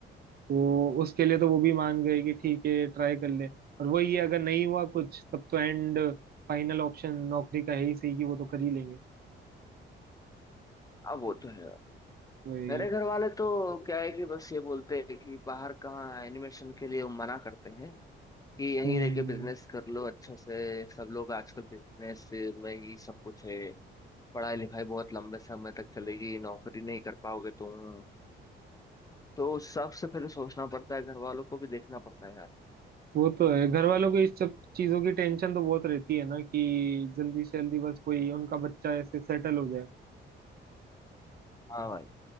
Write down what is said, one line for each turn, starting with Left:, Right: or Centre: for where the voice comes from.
Right: तो उसके लिए तो वो भी मान गए कि ठीक है ट्राई कर ले और वही है अगर नहीं हुआ कुछ तब तो एंड फाइनल ऑप्शन नौकरी का है ही सही कि वो तो कर ही लेंगे
Left: अब वो तो है भाई
Right: वही
Left: मेरे घर वाले तो क्या है कि बस ये बोलते हैं कि बाहर कहाँ एनिमेशन के लिए वो मना करते हैं कि यहीं
Right: हम्म
Left: रह के बिजनेस कर लो अच्छा से सब लोग आजकल बिजनेस में ही सब कुछ है पढ़ाई लिखाई बहुत लंबे समय तक चलेगी नौकरी नहीं कर पाओगे तुम तो सबसे पहले सोचना पड़ता है घर वालों को भी देखना पड़ता है यार
Right: वो तो है घर वालों को इस सब चीजों की टेंशन तो बहुत रहती है ना कि जल्दी से जल्दी बस कोई उनका बच्चा ऐसे सेटल हो जाए
Left: हाँ भाई